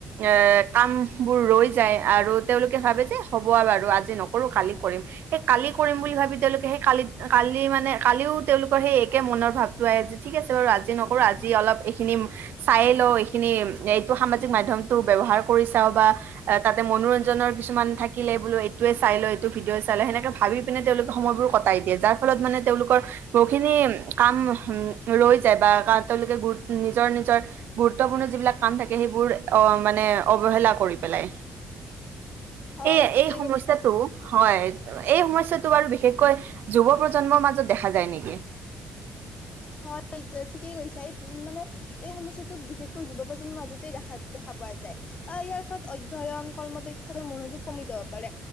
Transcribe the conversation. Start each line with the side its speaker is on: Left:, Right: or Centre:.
Right: এ কাম বোৰ ৰৈ যায় আৰু তেওঁলোকে ভাবে যে হ'ব বাৰু আজি নকৰো কালি কৰিম সেই কালি কৰিম বুলি ভাবি তেওঁলোকে সেই কালি কালি মানে। কালিও তেওঁলোকৰ সেই একে মনৰ ভাৱটো আহে, যে ঠিক আছে বাৰু আজি নকৰোঁ আজি অলপ এইখিনি কা চাই লওঁ এইখিনি এইটো সামাজিক মাধ্যমটো ব্যৱহাৰ। কৰি চাওঁ বা তাতে মনোৰঞ্জনৰ কিছুমান থাকিলে বোলো এইটোৱে চাই ল এইটো ভিডিঅ চাই ল সেনেকে ভাবি পিনে তেওঁলোকে সময়বোৰ কটাই দিয়ে যাৰ ফলত মানে তেওঁলোকৰ বহুখিনি কাম ৰৈ যায় বা তেওঁলোকে গুৰুত নিজৰ নিজৰ গুৰুত্বপূৰ্ণ যিবিলাক কান থাকে সেইবোৰ অ মানে অৱহেলা কৰি পেলাই
Left: হয়
Right: এই
Left: ঠিকেই
Right: এই সমস্যাটো
Left: কৈছা।
Right: হয় এই সমস্যাটো বাৰু বিশেষকৈ যুৱ প্ৰজন্মৰ মাজত <unintelligible> দেখা যায় নেকি?
Left: হয় ঠিকেই কৈছা এই মানে এই সমস্যাটো বিশেষকৈ যুৱ প্ৰ মাজতে দেখা দেখা পোৱা যায় আৰু ইয়াৰ ফলত অধ্যয়ন, কৰ্ম দক্ষতাৰ মনোযোগ কমি যাব পাৰে